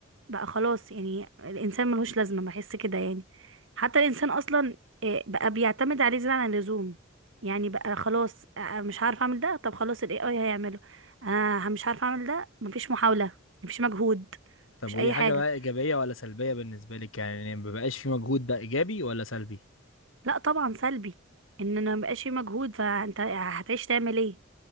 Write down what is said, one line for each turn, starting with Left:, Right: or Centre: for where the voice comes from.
Right: بقى خلاص يعني الانسان ملهوش لازمه بحس كده يعني حتى الانسان اصلا آه، بقى بيعتمد عليه زياده عن اللزوم يعني بقى خلاص آه، آه، مش عارف اعمل ده طب خلاص الاي اي هيعمله انا مش عارف اعمل ده مفيش محاوله مفيش مجهود
Left: طب
Right: مفيش
Left: ودي
Right: اي
Left: حاجه
Right: حاجه
Left: بقى ايجابيه ولا سلبيه بالنسبه لك يعني ما بقاش في مجهود ده ايجابي ولا سلبي
Right: لا طبعا سلبي ان انا مبقاش في مجهود فانت هتعيش تعمل ايه